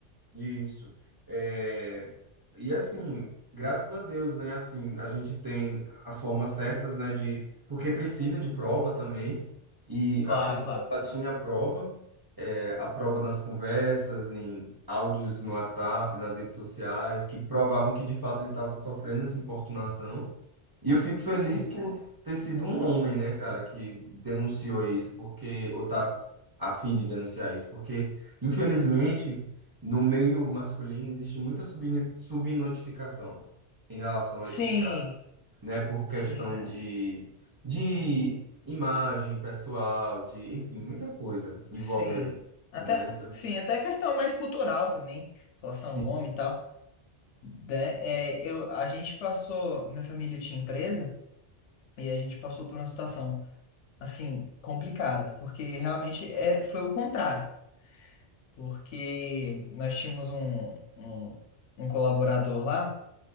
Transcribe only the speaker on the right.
Isso. É, e assim, graças a Deus, né? Assim, a gente tem as formas certas, né? De, porque precisa de prova também. E
a pessoa
ela tinha a prova, é, a prova nas conversas, em áudios no WhatsApp, nas redes sociais, que provavam que de fato ele estava sofrendo essa importunação. E eu fico feliz
por ter sido um homem, né, cara, que denunciou isso, porque, ou tá a fim de denunciar isso, porque, infelizmente, no meio masculino existe muita subni- subnotificação em relação a
esses caras, né, por questão
de, de imagem pessoal, de, enfim, muita coisa envolve
aí,
né, então,
sim,